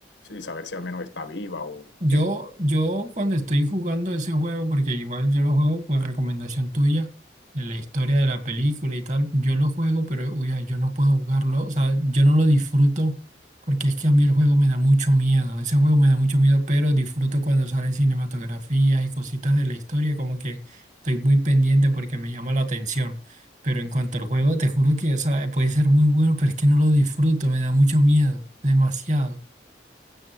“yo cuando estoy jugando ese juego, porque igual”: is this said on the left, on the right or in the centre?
Right